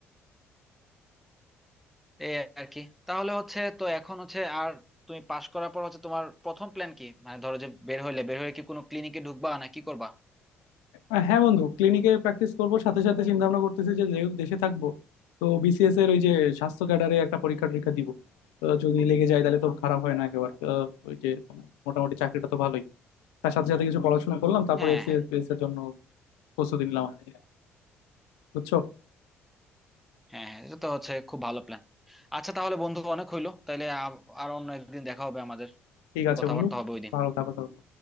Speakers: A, in the centre; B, on the left.
A: এই আর কি তাহলে হচ্ছে তো এখন হচ্ছে আর তুমি পাশ করার পর হচ্ছে তোমার প্রথম প্ল্যান কি মানে ধরো যে বের হইলে বের হয়ে কি কোনো ক্লিনিকে ঢুকবা না কি করবা
B: আহ, হ্যাঁ বন্ধু ক্লিনিকে প্র্যাকটিস করব সাথে সাথে চিন্তা ভাবনা করতেছি যে যেহেতু দেশে থাকবো তো বিসিএস এর ওই যে স্বাস্থ্য ক্যাডারে একটা পরীক্ষা টরীক্ষা দিব তো যদি লেগে যায় তাহলে তো খারাপ হয় না একেবারে আহ, ওই যে মোটামুটি চাকরিটা তো ভালোই তার সাথে সাথে কিছু পড়াশোনা করলাম তারপরে
A: হ্যাঁ
B: এফসিএস
A: হ্যাঁ
B: এর জন্য প্রস্তুতি নিলাম আর কি। বুঝছো
A: হ্যাঁ হ্যাঁ এটা তো হচ্ছে খুব ভালো প্ল্যান আচ্ছা তাহলে বন্ধু অনেক হইলো তাইলে আ- আর অন্য একদিন দেখা হবে আমাদের
B: ঠিক আছে
A: কথাবার্তা
B: বন্ধু
A: হবে ওইদিন
B: ভালো থাকো তাহলে